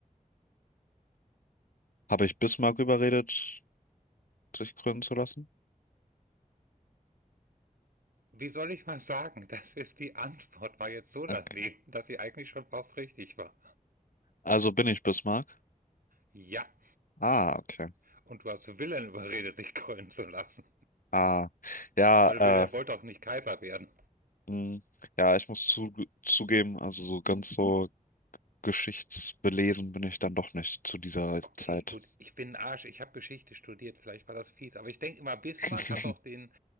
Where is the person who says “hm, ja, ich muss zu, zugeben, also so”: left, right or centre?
Left